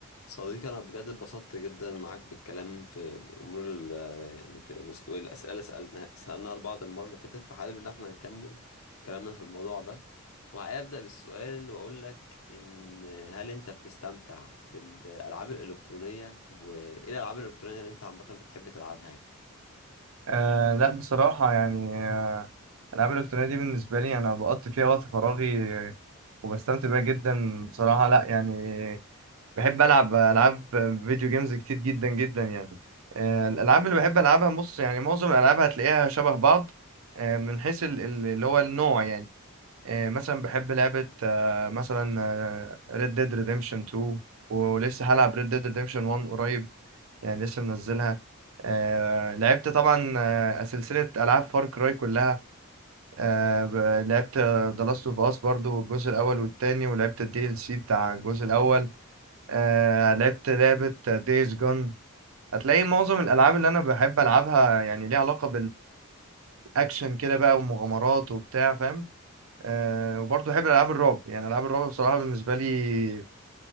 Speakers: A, on the left (about 75°); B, on the right (about 70°).
A: صديقي أنا بجد اتبسطت جدا معاك بالكلام في الأمور ال- يعني في وس- والأسئلة اللي سألناها سألناها لبعض المرة اللي فاتت فحابب إن احنا نكمل كلامنا في الموضوع ده وهبدأ بالسؤال وأقول لك إن هل أنت بتستمتع بالألعاب الإلكترونية وإيه الألعاب الإلكترونية اللي أنت عامة بتحب تلعبها يعني
B: آه لا بصراحة يعني آه، الألعاب الإلكترونية دي بالنسبة لي أنا بقضي فيها وقت فراغي آه، وبستمتع بيها جدا بصراحة لا يعني بحب ألعب ألعاب فيديو جيمز كتير جدا جدا يعني آه الألعاب اللي بحب ألعبها بص يعني معظم الألعاب هتلاقيها شبه بعض آه من حيث ال- ال- اللي هو النوع يعني آه مثلا بحب لعبة آه مثلا ريد ديد ريديمشن 2 ولسه هلعب ريد ديد ريديمشن 1 قريب يعني لسه منزلها آه لعبت طبعا آه سلسلة ألعاب فار كراي كلها آه ب- لعبت ذا لاست اوف اس برضو الجزء الأول والتاني ولعبت الدي ال سي بتاع الجزء الأول آه لعبت لعبة دايز جون هتلاقي معظم الألعاب اللي أنا بحب ألعبها يعني ليها علاقة بالأكشن كده بقى ومغامرات وبتاع فاهم آه وبرضه بحب ألعاب الرعب يعني ألعاب الرعب بصراحة بالنسبة لي